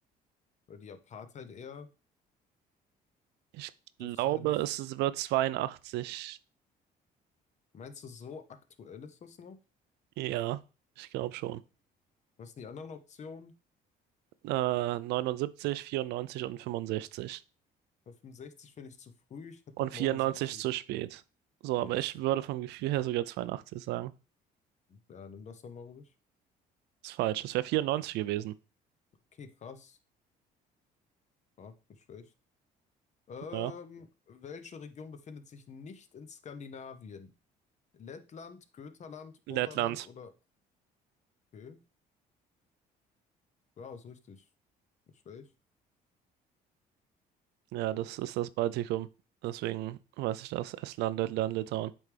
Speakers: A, on the left; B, on the right.
A: oder die Apartheid eher.
B: ich glaube,
A: Dürfte nicht.
B: es ist, wird 82.
A: Meinst du, so aktuell ist das noch?
B: Ja, ich glaube schon.
A: Was sind die anderen Optionen?
B: Äh, 79, 94 und 65.
A: Bei 65 finde ich zu früh, ich hätte
B: Und
A: noch
B: 94
A: neunundsiebzig.
B: ist zu spät. So,
A: Ja,
B: aber ich würde vom Gefühl her sogar 82 sagen.
A: ja, nimm das doch mal ruhig.
B: Ist falsch. Es wäre 94 gewesen.
A: Okay, krass. Ja, nicht schlecht. Ähm,
B: Ja.
A: welche Region befindet sich nicht in Skandinavien? Lettland, Götaland,
B: Lettland.
A: Borderland oder. Okay, ja, ist richtig. Nicht schlecht.
B: Ja,
A: Äh,
B: das ist das Baltikum. Deswegen weiß ich das. Estland, Lettland, Litauen.